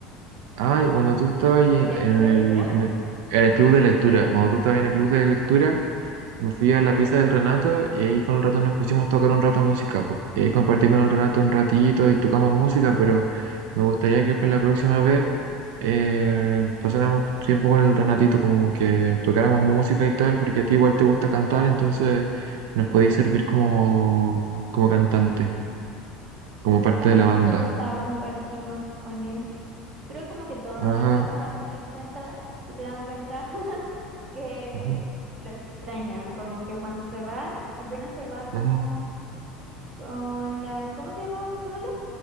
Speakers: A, on the right; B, on the right.
A: Ay, cuando tú estabas ahí en,
B: ¿Del
A: en
B: club de
A: el,
B: lectura?
A: en el, en el club de lectura, cuando tú estabas en el club de lectura, me fui a la pieza del Renato y ahí con el Renato nos pusimos a tocar un rato música, po. Y ahí compartí con el Renato un ratito y tocamos música, pero me gustaría que para la próxima vez eh, pasáramos tiempo con el Renatito, como que tocáramos música y tal, porque a ti igual te gusta cantar, entonces nos podéis servir como, como cantante, como
B: Sí,
A: parte
B: también
A: de la banda.
B: me hubiese gustado compartir más con él. Creo como que todo
A: Ajá,
B: en la casa me di cuenta, que se dan cuenta <laughs> que
A: ujú,
B: lo extrañan, como que cuando se va, apenas se va como
A: ujú.
B: con la, ¿cómo se llamaba su polola?